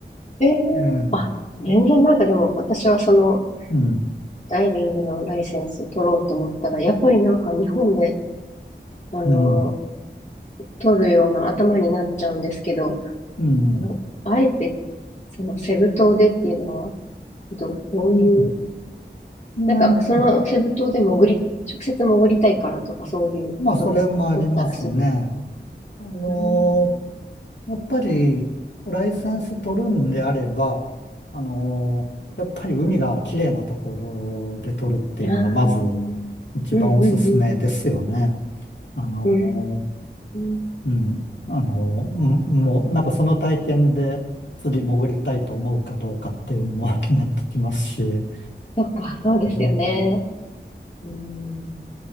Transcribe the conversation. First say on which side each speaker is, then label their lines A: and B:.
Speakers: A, on the left (about 40°); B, on the left (about 75°).
A: ええ
B: ええ
A: あ、全然なんかでも、私はその、
B: うん。
A: ダイビングのライセンス取ろうと思ったら、やっぱりなんか日本で、あの、
B: うん。
A: 取るような頭になっちゃうんですけど、
B: うん。うん。
A: あのあえて、その、セブ島でっていうのは、ど、どういう
B: うんね
A: なんか、そのセブ島で潜り、直接潜りたいからとかそういうことですか取ったらすぐ。
B: まあ、それもありますね。あの
A: うん。
B: やっぱり、ライセンス取るんであれば、あのーやっぱり海が綺麗なところで取るっていうのが、
A: ああ、うんうんうん。
B: まず一番おすすめですよね。あの
A: うーん。
B: ーうん。あのーうんもう、なんかその体験で釣り潜りたいと思うかどうかっていうのも <laughs> 決まってきますし。う
A: そっか、そうですよね。
B: ん
A: うん。